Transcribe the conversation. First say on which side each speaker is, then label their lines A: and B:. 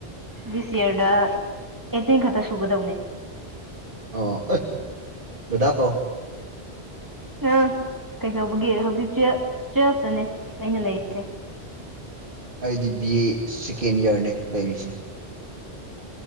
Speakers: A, on the right; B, on the right.
A: ꯗꯤꯁ ꯌꯔꯗ ꯑꯩꯠꯇꯤꯟ ꯈꯛꯇ ꯁꯨꯒꯗꯧꯅꯦ
B: ꯑꯣ ꯑꯣ ꯑꯩ ꯗꯥ-ꯗꯥ ꯀꯧ
A: ꯑꯥ <unintelligible> ꯀꯩꯗꯧꯕꯒꯤ ꯍꯧꯖꯤꯛ ꯇꯨ ꯇꯨꯋꯦꯜꯐꯇꯅꯦ ꯑꯩꯅ ꯂꯩꯔꯤꯁꯦ
B: ꯑꯩꯗꯤ ꯕꯤ ꯑꯦ ꯁꯦꯀꯦꯟ ꯏꯌꯥꯔꯅꯦ ꯂꯩꯔꯤꯁꯦ